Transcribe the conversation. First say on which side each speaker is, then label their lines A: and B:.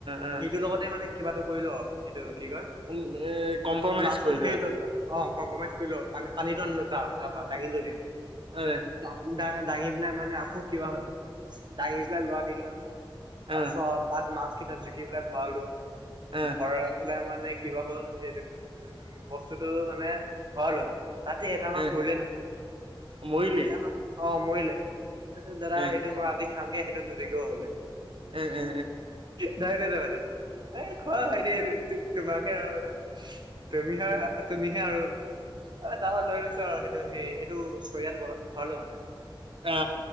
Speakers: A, on the right (about 80°); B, on the right (about 55°).
A: আ।
B: সিটোৰ লগতে মানে কিবাটো কৰিল, সেইটো কি কয়?
A: <unintelligible>
B: মাছতো
A: কৰিলা
B: সেই <unintelligible> অ কম্প্ৰমাইজ কৰিলো পান পানীটো আনিলো তা তাৰ পৰা দাঙিলোগে।
A: হয়।
B: দা দাঙি পেলাই মানে আকৌ কিবা হ'ল। দাঙি পেলাই লৈ আনিলো।
A: এ
B: তাৰপাছত, তাত মাছ কেইটাত জুখি পেলাই ভৰালো।
A: এ
B: ভৰাই পেলাই মানে কিবা হ'ল সেইটো উম বস্তুটো মানে ভৰালোঁ। তাতে এটা মাছ
A: এ
B: মৰিলে নহয়।
A: মৰিলি
B: এটা মাছ, অ মৰিলে। তাৰপিছত দাদা
A: এ
B: সেইটো মই আজি খামগে সেইটো নুজুখিব বোলে।
A: এ এ
B: ডাইৰেক কৈছে মানে। এ খোৱা ভাইটি তোমাকহে আৰু বোলে। তুমিহে তুমিহে আৰু বোলে। এ দা খন লৈ গৈছো আও সেই ত সেই সেইটো চৰিয়াত ভৰালোঁ মানে।
A: আ।